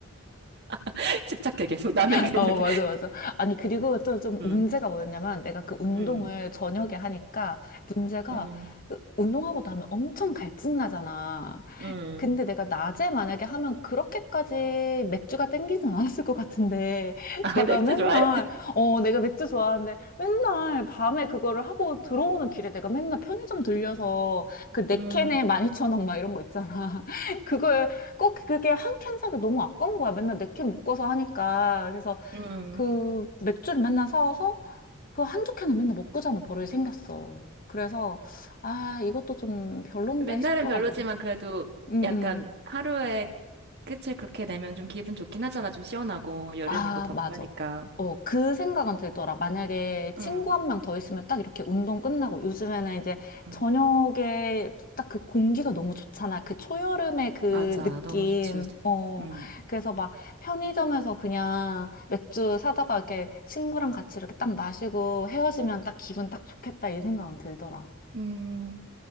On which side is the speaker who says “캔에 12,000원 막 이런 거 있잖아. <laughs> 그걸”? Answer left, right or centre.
Left